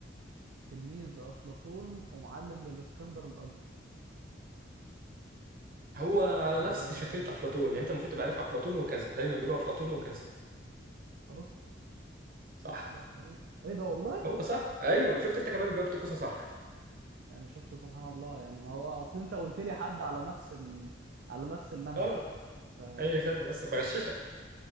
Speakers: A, on the right; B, on the right.
A: تلميذ لافلاطون ومعلم للاسكندر الاكبر
B: هو على
A: آه...
B: نفس شكلة افلاطون يعني انت المفروض تبقى عارف افلاطون وكذا دايما بيقولوا افلاطون وكذا
A: ارسطو
B: صح
A: لا أرسطو. ايه ده والله
B: هو صح ايوه شفت انت كمان جاوبت كوسه صح
A: يعني شفت سبحان الله يعني ما هو اصل انت قلت لي حد على نفس ال... على نفس المنهج
B: اه
A: ف
B: اي خدمه بس بغششك